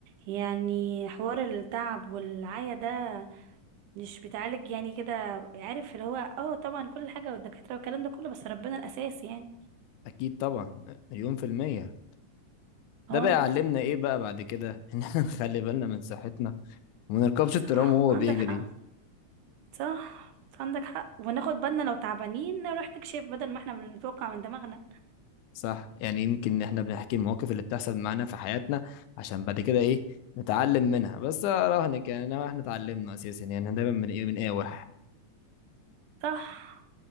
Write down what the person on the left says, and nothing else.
أكيد طبعا مليون في المية
ده بقى علمنا ايه بقى بعد كده <laughs> ان احنا نخلي بالنا من صحتنا وما نركبش
الترام وهو
بيجري
صح يعني يمكن احنا بنحكي المواقف اللي بتحصل معانا في حياتنا عشان بعد كده ايه نتعلم منها بس اراهنك يعني إن احنا اتعلمنا اساسا يعني احنا دايما من ايه من اقاوح